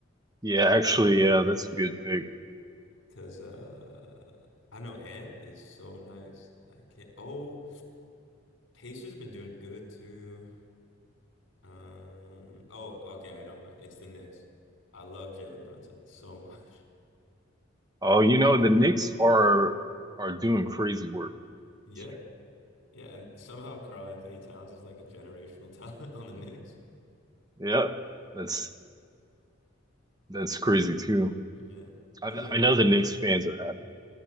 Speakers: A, on the right; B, on the left.
A: Yeah, actually, yeah, that's a good pick.
B: because uh, I know Ant is so nice. I can't. Oh, Pacers have been doing good too. Um. Oh, okay. I know mine. It's the Knicks. I love Jalen Brunson so much. <laughs>
A: Oh, you know, the Knicks are are doing crazy work.
B: Yeah.
A: That's true.
B: Yeah, and somehow Carl Anthony Towns is like a generational <laughs> talent on the Knicks.
A: Yeah, that's that's crazy too.
B: Yeah.
A: I
B: Anyway,
A: I know the Knicks fans are happy.